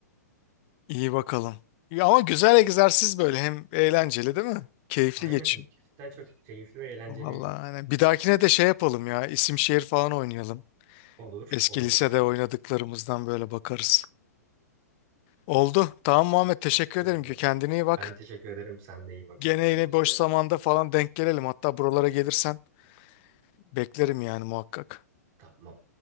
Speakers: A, on the left; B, on the right.
A: İyi bakalım. Ya ama güzel egzersiz böyle. Hem eğlenceli değil mi? Keyifli
B: Aynen
A: geçiyor.
B: cidden çok keyifli ve eğlenceliydi.
A: Vallahi aynen. Bir dahakine de şey yapalım ya. İsim şehir falan oynayalım.
B: Olur,
A: Eski
B: o da olur.
A: lisede oynadıklarımızdan böyle bakarız. Oldu. Tamam Muhammed teşekkür
B: Oldu.
A: ederim ki kendine iyi bak.
B: Ben teşekkür ederim. Sen de iyi bak.
A: Gene
B: Görüşmek
A: yine
B: üzere.
A: boş zamanda falan denk gelelim. Hatta buralara gelirsen beklerim yani muhakkak.
B: Tamam.